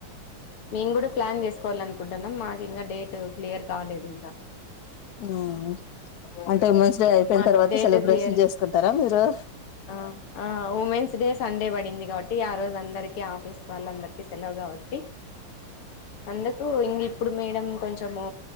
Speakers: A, on the left; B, on the left.
A: మీను కూడా ప్లాన్ చేసుకోవాలన్ కుంటున్నాం మాకు ఇంకా డేట్ క్లియర్ కాలేదు ఇంకా
B: హుహు అంటే ఉమెన్స్ డే
A: ఉమ్
B: అయిపోయిన
A: మాకు
B: తర్వాత
A: డేట్
B: సెలబ్రేషన్
A: క్లియర్
B: చేసుకుంటారా మీరు
A: ఆ ఆ ఉమెన్స్ డే సండే పడింది కాబట్టి ఆ రోజు అందరికీ ఆఫీస్ వాళ్ళందరికి సెలవు కాబట్టి అందుకు ఇంకిప్పుడు మేడం కొంచము